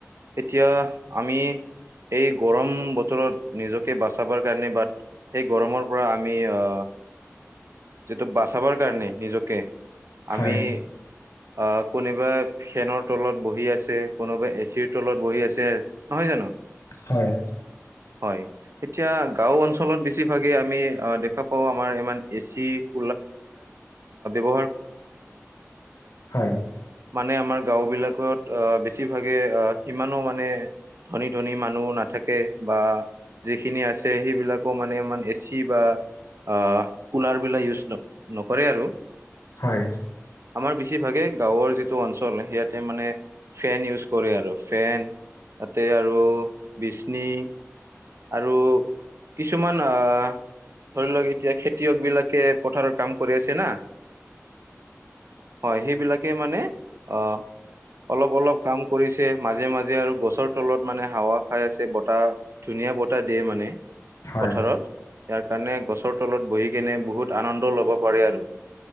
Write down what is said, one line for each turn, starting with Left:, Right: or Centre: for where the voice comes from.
Right: এতিয়া আমি এইেই গৰম বতৰত নিজকে বাচাবৰ কাৰণে বা সেই গৰমৰ পৰা আমি আহ যিটো বাচাবৰ কাৰণে নিজকে আমি
Left: হয়
Right: আহ কোনোবা ফেনৰ তলত বহি আছে কোনোবা এচিৰ তলত বহি আছে নহয় জানো
Left: হয়
Right: হয় এতিয়া গাও অলত বেছিভাগ আমি দেখা পা আমাৰ ই এি ক ব
Left: হয়
Right: মানে আমাৰ গাও বিলাকত আহ বেছিভাগে আহ সিমানো মানে ধনী ধনী মানুহ নাথাকে বা যিখিনি আছে সেইবিলাকো মানে ইমান এচি বা আহ কুলাৰ বিলাক ইউজ নকৰে আৰু
Left: হয়
Right: আমাৰ বেছিভাগে গাঁৱৰ যিটো অঞ্চল সেয়াতে মানে ফেন ইউজ কৰে আৰু ফেন তাতে আৰু বিচনি আৰু কিছুমান অহ ধৰি লওক এতিয়া খেতিয়ক বিলাকে পথাৰৰ কাম কৰি আছে না হয় সেইবিলাকে মানে অহ অলপ অলপ কাম কৰিছে মাজে মাজে আৰু গছৰ তলত মানে হাৱা খাই আছে বতাহ ধুনীয়া য়া বতাহ দিয়ে মানে
Left: হয়
Right: পথাৰত ইয়াৰ কাৰণে গছৰ তলত বহি কেনে বহুত আনন্দ ল'ব পাৰে আৰু